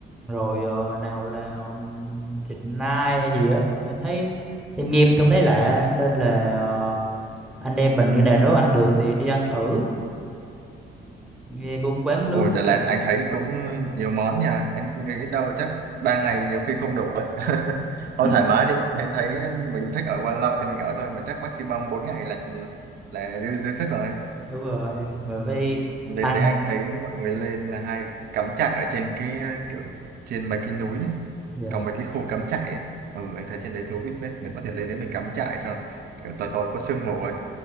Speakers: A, in the centre; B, on the right (about 50°).
A: rồi ờ, nào là ừm, thịt nai hay gì á em thấy em nghe em không thấy lạ nên là ờ, anh em mình cái nào nếu ăn được thì đi ăn thử nghe cũng quán nướng
B: Ồ, Đà
A: cũng
B: Lạt
A: là
B: anh thấy cũng nhiều món nha. Anh nghĩ đâu chắc ba ngày nhiều khi không đủ. à. <laughs> Thôi
A: <clears throat>
B: thoải mái đi. Anh thấy mình thích ở bao lâu thì mình ở thôi. Mà chắc maximum 4 ngày là là dư, dư sức rồi.
A: đúng rồi rồi phải
B: Lên
A: ăn
B: đấy anh thấy mọi người lên là hay cắm trại ở trên cái kiểu trên mấy cái núi. á.
A: dạ
B: Còn mấy cái khu cắm trại. ấy. Ừ, anh thấy trên đấy thú vị phết. Mình có thể lên đấy mình cắm trại xong. Kiểu tối tối có sương mù ấy.